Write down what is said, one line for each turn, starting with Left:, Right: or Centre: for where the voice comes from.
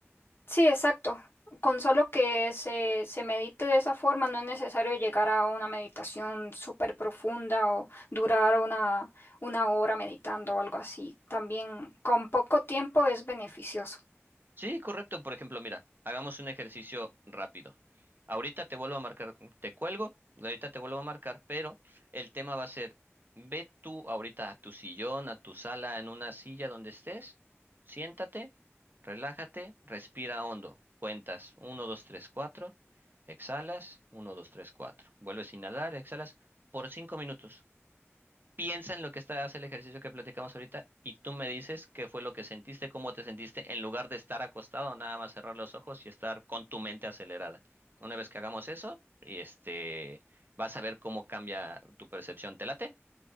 Left: Sí, exacto. Con solo que se, se medite de esa forma, no es necesario llegar a una meditación súper profunda o durar una, una hora meditando o algo así. También con poco tiempo es beneficioso.
Right: Sí, correcto. Por ejemplo, mira, hagamos un ejercicio rápido. Ahorita te vuelvo a marcar, te cuelgo, ahorita te vuelvo a marcar, pero el tema va a ser, ve tú ahorita a tu sillón, a tu sala, en una silla donde estés, siéntate, relájate, respira hondo, cuentas uno, 2, 3, 4. exhalas, uno, 2, 3, 4. vuelves a inhalar, exhalas por 5 minutos. Piensa en lo que está, hace el ejercicio que platicamos ahorita y tú me dices qué fue lo que sentiste, cómo te sentiste, en lugar de estar acostado, nada más cerrar los ojos y estar con tu mente acelerada. Una vez que hagamos eso, y este, vas a ver cómo cambia tu percepción. ¿Te late?